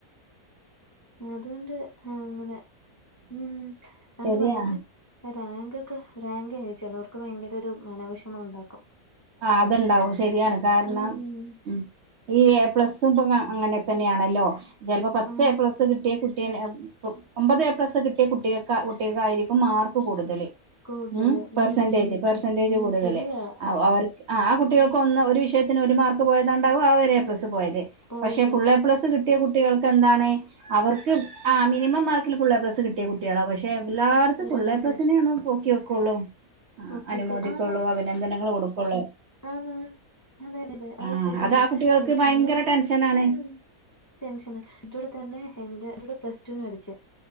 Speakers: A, on the left; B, on the right.
A: അതുകൊണ്ട് അങ്ങനെ ഉം രണ്ട്
B: ശരിയാ
A: പണ്ടത്ത് റാങ്കൊക്കെ റാങ്ക് ചെലോർക്ക് ഭയങ്കര ഒരു മനോവിഷമം ഒണ്ടാക്കും
B: ആഹ് അത്ണ്ടാവും ശരിയാണ് കാരണം
A: ഉം
B: ഉം ഈ എ പ്ലസ്സും ഇപ്പൊ അങ്ങനെ തന്നെയാണല്ലോ ചെലപ്പോ പത്ത്
A: ആ
B: എ പ്ലസ്സ് കിട്ടിയ കു കുട്ടിയന്നെ പു ഒമ്പത് എ പ്ലസ് കിട്ടിയ കുട്ടികക്ക കുട്ടികക്കായിരിക്കും മാർക്ക് കൂടുതല്
A: കൂടുതല്
B: ഉം
A: ഉം
B: പെർസെന്റേജ് പെർസെന്റേജ്
A: ഉം
B: കൂടുതല്
A: ശരിയാ
B: അവ അവര ആഹ് ആഹ് കുട്ടികൾക്ക് ഒന്ന് ഒരു വിഷയത്തിന് ഒരു മാർക്ക് പോയത് കൊണ്ടാവും ആഹ് ഒര് എ പ്ലസ് പോയത്
A: പോയത്
B: പക്ഷെ ഫുള്ളെ പ്ലസ് കിട്ടിയ കുട്ടികൾക്കെന്താണ് അവർ ക്ക് ആഹ് മിനിമം മാർക്കിൽ ഫുള്ളെ പ്ലസ് കിട്ടിയ കുട്ടികളാ പക്ഷെ എല്ലാടത്തും
A: തരുന്നുണ്ട്
B: ഫുള്ളേ പ്ലസിനെ ആണ് പൊക്കി വെക്കുള്ളു ആഹ്
A: ഒക്കിക്കൂ
B: അനുമോദിക്കുള്ളൂ
A: ആന്ന്
B: അഭിനന്ദങ്ങൾ കൊടുക്കൊള്ളൂ
A: ആന്ന് അതെയതെ അത്
B: ആഹ്
A: ശരിയാ
B: അതാ കുട്ടികൾക്ക്
A: എനിക്കു
B: ഭയങ്കര
A: വടെ തന്നെ
B: ടെൻഷനാണ്
A: ഉം ടെൻഷനാ എന്റൂടെ തന്നെ എന്റെ കൂടെ പ്ലസ് ടു ന് പഠിച്ചേ